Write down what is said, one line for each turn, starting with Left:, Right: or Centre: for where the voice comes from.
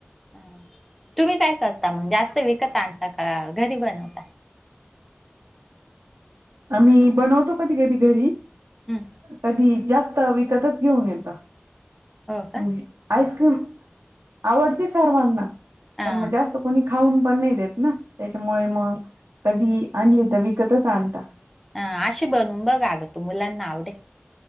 Centre: ह तुम्ही काय करता मग जास्त विकत आणता का घरी बनवता.
Right: आम्ही बनवतो कधी कधी घरी
Centre: हम्म,
Right: कधी जास्त. त विकतच घेऊन येत
Centre: हो का
Right: म्हणजे. आईस्क्रीम आवडते सर्वांना
Centre: हा
Right: पण मग जास्त. कोणी खाऊन पण नाही देत ना त्याच्यामुळे मग कधी आणली तर विकतच आणता.
Centre: ह आशी बनून बघागं तू मुलांना आवडेल.